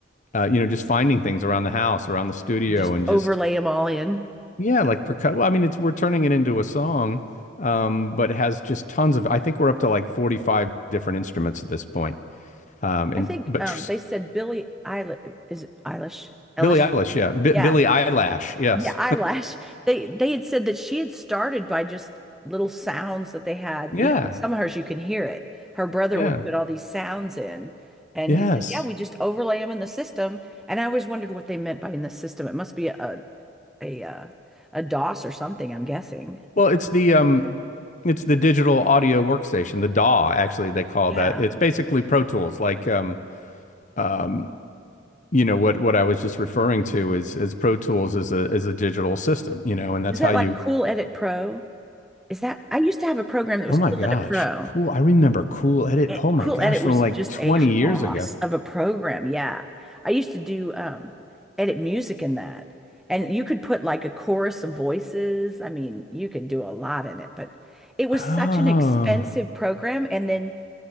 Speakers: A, on the left; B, in the centre.
A: uh, you know, just finding things around the house, around the studio,
B: You just
A: and just
B: overlay them all in.
A: yeah, like percu- well, I mean, it's we're turning it into a song, um, but it has just tons of. I think we're up to like 45 different instruments at this point. Um, and
B: I think
A: but
B: um,
A: tr-
B: they said Billie Eilish, is it Eilish? Eilish?
A: Billie Eilish, yeah, B
B: Yeah.
A: Billie Eyelash, yes,
B: Yeah, eyelash. They they had said that she had started by just little sounds that they had,
A: <laughs> yeah,
B: you know, and some of hers you can hear it. Her brother
A: yeah,
B: would put all these sounds in, and
A: yes.
B: he said, "Yeah, we just overlay them in the system." And I always wondered what they meant by in the system. It must be a a a, uh, a DOS or something, I'm guessing.
A: Well, it's the um, it's the digital audio workstation, the DAW. Actually, they call
B: Yeah.
A: that. It's basically Pro Tools, like um, um, you know what what I was just referring to is is Pro Tools is a is a digital system, you know, and that's
B: Is that
A: how you.
B: like Cool Edit Pro? Is that I used to have a program that was
A: Oh my
B: Cool
A: gosh,
B: Edit Pro.
A: cool. I remember Cool Edit.
B: It,
A: Oh my
B: Cool
A: gosh,
B: Edit
A: from
B: was
A: like
B: just
A: 20
B: a
A: years
B: hoss
A: ago.
B: of a program. Yeah. I used to do um edit music in that. And you could put like a chorus of voices. I mean, you could do a lot in it, but it was
A: Oh,
B: such an expensive program. And then